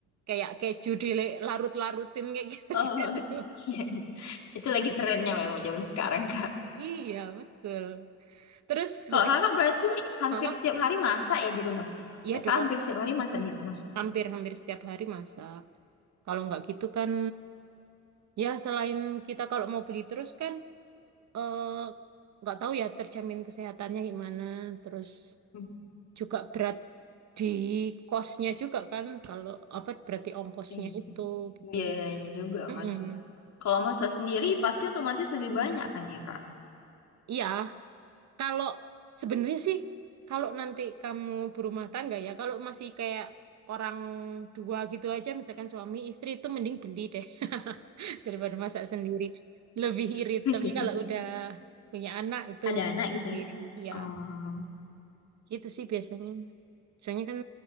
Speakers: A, on the right; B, on the left.
A: kayak keju dilarut-larutin kayak gitu-gitu
B: Oh, <laughs> iya. Itu lagi trennya memang zaman sekarang, Kak.
A: <laughs> iya betul terus
B: Kalau
A: hobi
B: kakak berarti hampir
A: mama
B: setiap hari masak ya di rumah?
A: iya
B: Kakak
A: dong
B: hampir setiap hari masak di rumah.
A: hampir-hampir setiap hari masak kalau nggak gitu kan ya selain kita kalau mau beli terus kan eh, nggak tahu ya terjamin kesehatannya gimana terus
B: Hmm,
A: juga berat di kosnya juga kan kalau apa berarti ongkosnya
B: iya
A: itu
B: sih.
A: gitu.
B: Biayanya juga
A: Mm-mm.
B: kan. Kalau masak sendiri pasti otomatis lebih banyak kan ya, Kak?
A: Iya, kalau sebenarnya sih kalau nanti kamu berumah tangga ya, kalau masih kayak orang dua gitu aja misalkan suami istri itu mending beli deh <laughs> daripada masak sendiri. Lebih
B: <laughs>
A: irit,
B: Iya
A: tapi
B: sih.
A: kalau udah punya anak itu
B: Ada anak gitu
A: sendiri.
B: ya.
A: Iya,
B: Oh,
A: gitu sih biasanya. Soalnya kan